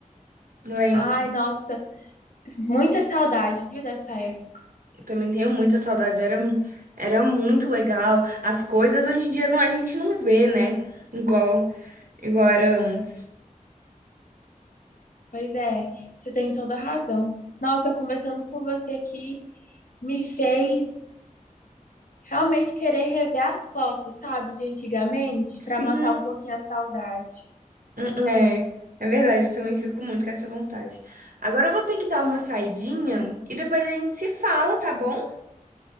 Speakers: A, on the right (about 80°); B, on the left (about 75°).
A: lembro.
B: Ai, nossa, muita saudade, viu, dessa época.
A: Também tenho muitas saudades. Era, era muito legal. As coisas hoje em dia não, a gente não vê, né? Igual, igual era antes.
B: Pois é, você tem toda a razão. Nossa, conversando com você aqui me fez realmente querer rever as fotos, sabe, de antigamente, para
A: Sim,
B: matar um pouquinho a saudade.
A: é, é verdade. Eu também fico muito com essa vontade. Agora eu vou ter que dar uma saidinha e depois a gente se fala, tá bom?